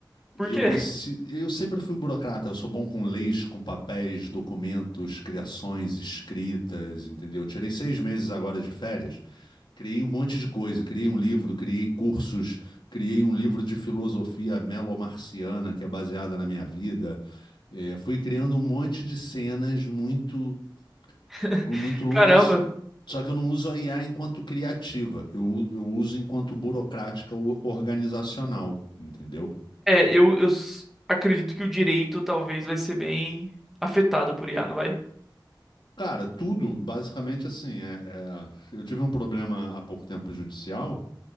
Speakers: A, on the left (about 70°); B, in the centre.
A: E
B: por quê?
A: eu preciso, eu sempre fui burocrata, eu sou bom com leis, com papéis, documentos, criações, escritas, entendeu? Eu tirei seis meses agora de férias, criei um monte de coisa, criei um livro, criei cursos, criei um livro de filosofia melomarciana que é baseada na minha vida, é, fui criando um monte de cenas muito,
B: <laughs>
A: mu- muito loucas,
B: Caramba.
A: só que eu não uso a IA enquanto criativa, eu, u- eu uso enquanto burocrática o- organizacional, entendeu?
B: É, eu, eu s- acredito que o direito talvez vai ser bem afetado por IA, não vai?
A: Cara, tudo basicamente assim. é- é- eu tive um problema há pouco tempo judicial